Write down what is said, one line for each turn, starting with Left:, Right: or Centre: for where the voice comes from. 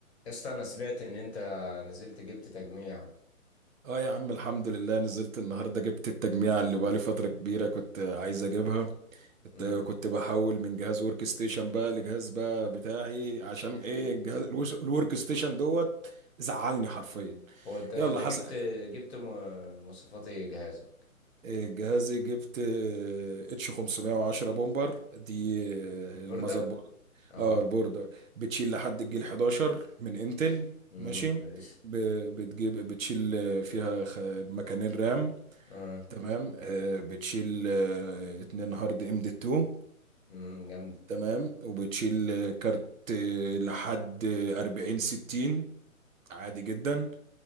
Left: يا اسطى انا سمعت ان انت نزلت جبت تجميع
Right: اه يا عم الحمد لله نزلت النهارده جبت التجميع اللي بقالي فترة كبيرة كنت عايز اجيبها كنت
Left: امم
Right: كنت بحول من جهاز ورك ستيشن بقى لجهاز بقى بتاعي عشان ايه الجهاز الوس- الورك ستيشن دوت زعلني حرفيا
Left: هو انت انت
Right: يلا
Left: جبت
Right: هسأل
Left: جبت م- مواصفات ايه جهازك
Right: إيه، جهازي جبت آه، اتش 510 بومبر دي آه،
Left: برده
Right: المذر بورد
Left: اه
Right: اه البوردة بتشيل لحد الجيل 11 من انتل
Left: امم
Right: ماشي
Left: كويس
Right: ب- بتجيب بتشيل آه، فيها خ- مكانين رام
Left: اه
Right: تمام آه، بتشيل آه، اتنين هارد ام دي 2
Left: امم جامده
Right: تمام وبتشيل آه، كارت آه، لحد آه، 40 60 عادي جدا